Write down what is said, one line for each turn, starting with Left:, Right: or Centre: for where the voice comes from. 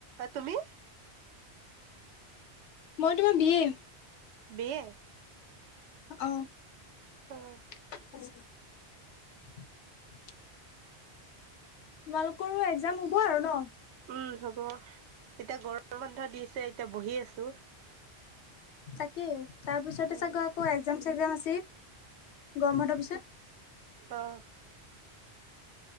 Right: তুমি?
Left: মই তোমাৰ বি এ।
Right: B A.
Left: অ
Right: অ',
Left: <inaudible> তোমালোকৰো এক্মাম হ'ব আৰু ন।
Right: উম, হ'ব এতিয়া গৰম বন্ধ দিছে এতিয়া বহি আছো।
Left: তাকেই তাৰপিছতে
Right: উম,
Left: চাগৈ আকৌ এক্মাম, চেগজাম আছে গৰম বন্ধৰ পিছত।
Right: আহ।